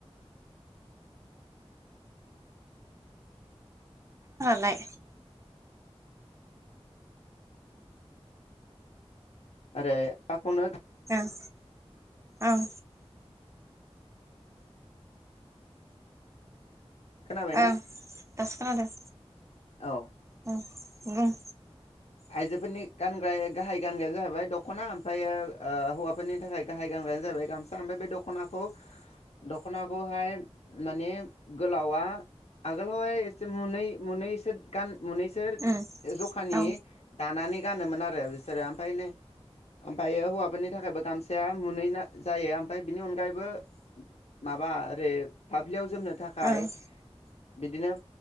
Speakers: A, on the right; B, on the left.
A: लाय
B: आरो <unintelligible>
A: उम उम।
B: खोनाबायना
A: ओम दासो खोनादों।
B: औ
A: उम बुं
B: आइजोफोरनि गानग्रा गाहाय गानग्रायानो जाहैबाय दख'ना ओमफ्रायो ओ हौवाफोरनि थाखाय गाहाय गानग्रायानो जाहैबाय गामसा ओमफ्राय बे दख'नाखौ दख'नाखौहाय माने गोलावा आगोलावहाय एसे मुनै मुनैसो गान मुनैसो
A: उम
B: जखानि
A: औ
B: दानानै गानोमोन आरो बिसोरो ओमफ्राय ओमफ्रायै हौवाफोरनि थाखायबो गामसाया मुनै जायो ओमफ्राय बिनि अनगायैबो माबा ओरै फाफ्लियाव जोमनो थाखाय
A: ओं
B: बिदिनो